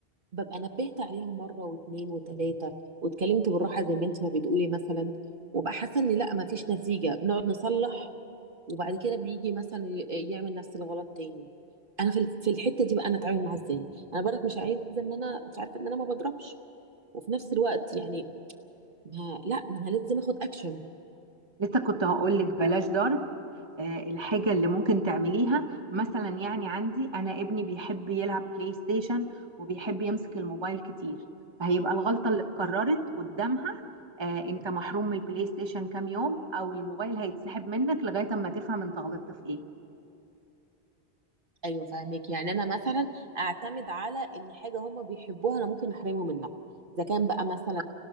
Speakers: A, on the right; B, on the right.
A: ببقى نبهت عليها مره واثنين وثلاثه واتكلمت بالراحه زي ما انت ما بتقولي مثلا وبقى حاسه ان لا ما فيش نتيجه بنقعد نصلح وبعد كده بيجي مثلا ي- يعمل نفس الغلط تاني انا في ال- في الحته دي بقى انا اتعامل معاه ازاي انا برك مش عايزه ان انا مش عارفه ان انا ما بضربش وفي نفس الوقت يعني ما لا ما انا لازم اخد اكشن
B: لسه كنت هقول لك بلاش ضرب آه، الحاجة اللي ممكن تعمليها مثلا يعني عندي أنا ابني بيحب يلعب بلاي ستيشن وبيحب يمسك الموبايل كتير فهيبقى الغلطة اللي اتكررت قدامها آه أنت محروم من البلاي ستيشن كام يوم أو الموبايل هيتسحب منك لغاية أما تفهم أنت غلطت في إيه
A: ايوه فاهمك يعني انا مثلا اعتمد على ان حاجه هم بيحبوها انا ممكن احرمه منها اذا كان بقى مثلا